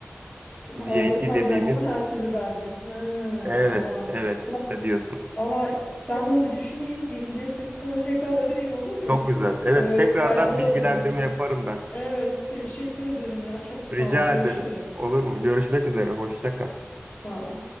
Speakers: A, on the right; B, on the left.
A: VAT
B: Ha, 90
A: dediğimiz,
B: binden sonra her türlü vergi. Ha,
A: evet,
B: tamam.
A: evet
B: Valla
A: ödüyorsun.
B: valla ben bunu bir düşüneyim Bilge. Seni sonra tekrar arayayım olur mu?
A: Çok
B: Çok
A: güzel. Evet,
B: e,
A: tekrardan
B: faydalı
A: bilgilendirme
B: oldu benim için.
A: yaparım ben.
B: Evet teşekkür ederim ya. Çok sağ
A: Rica
B: ol. Görüşürüz.
A: ederim. Olur mu? Görüşmek üzere. Hoşça kal.
B: Sağ ol.